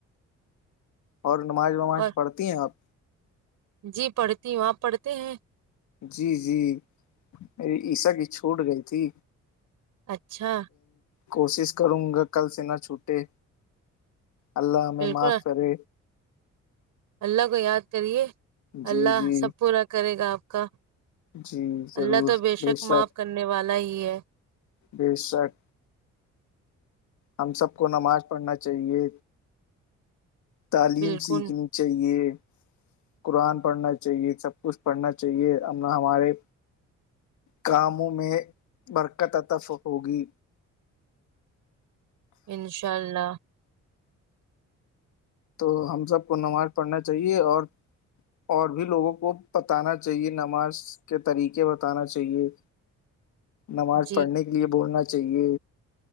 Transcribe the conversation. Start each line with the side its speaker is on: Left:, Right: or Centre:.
Left: اور نماز
Right: اور
Left: پڑھتی ہیں اپ
Right: جی پڑھتی ہوں اپ پڑھتے ہیں
Left: جی جی میری عشاء کی چھوٹ گئی تھی
Right: اچھا
Left: کوشش کروں گا کل سے نہ چھوٹے اللہ ہمیں
Right: بالکل
Left: معاف کرے
Right: اللہ کو یاد کریے
Left: جی
Right: اللہ
Left: جی
Right: سب پورا کرے گا آپ کا
Left: جی ضرور
Right: اللہ تو
Left: بے شک
Right: معاف کرنے والا ہی ہے
Left: بے شک ہم سب کو نماز پڑھنا چاہیے تعلیم
Right: بالکل
Left: سیکھنی چاہیے قرآن پڑھنا چاہیے سب کچھ پڑھنا چاہیے ہم ہمارے کاموں میں برکت عطا ہوگی
Right: انشاء اللہ
Left: تو ہم سب کو نماز پڑھنا چاہیے اور اور بھی لوگوں کو بتانا چاہیے نماز کے طریقے بتانا چاہیے
Right: <unintelligible>
Left: نماز
Right: جی
Left: پڑھنے کے لیے بولنا چاہیے